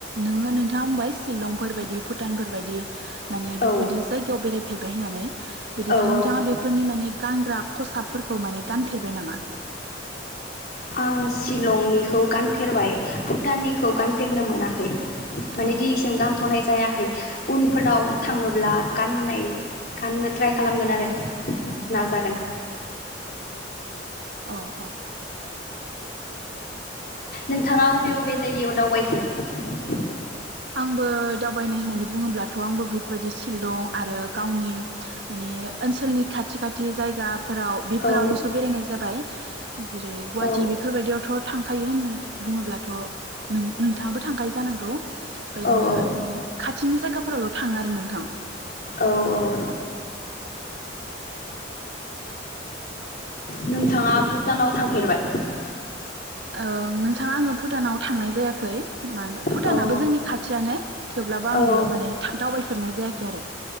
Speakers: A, on the right; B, on the left.
A: नोङो नोंथाङा बुंबाय शिलंफोरबायायदि भुटानफोरबायदि माने
B: औ
A: बेफोरबायदि जायगायाव बेरायफेरबाय होननानै बिदिबा
B: औ
A: नोंथाङा
B: औ
A: बेफोरनि माने गानग्रा खसाबफोरखौ माने गानफेरबाय नामा?
B: आं शिलंनिखौ गानफेरबाय भुटाननिखौ गानफेरनो मोनाखै। माने
A: औ
B: दिनैसिम गानथ'नाय जायाखै उनफोराव थाङोब्ला गाननाय गाननो ट्राइ खालामगोन आरो। नाजागोन-
A: औ अ अ
B: नोंथाङा अबे बबे जायगायाव दावबायखो?
A: आंबो दावबायनाय होननानै बुङोब्लाथ' आंबो बेफोरबायदि शिलं आरो गावनि माने ओनसोलनि खाथि खाथि जायगा फोराव बेफोरावल'सो
B: औ
A: बेरायनाय जाबाय जेरै गुवाहाटि
B: औ
A: बेफोरबायदियावथ' थांखायो होननो बुङोब्लाथ' नों नोंथाङाबो थांखायो जानांगौ बायदिनो
B: औ
A: माने खाथिनि जायगाफोरावल' थांङो आरो नोंथां
B: औ औ नोंथाङा भुटानाव थांफेरबाय?
A: औ नोंथां आंङो भुटानाव थांनाय जायाखै। मानो भुटानाबो
B: औ
A: जोंनि खाथियानो थेवब्लाबो आं
B: औ
A: बेयाव माने था-दावबायफेरनाय जाया खै आरो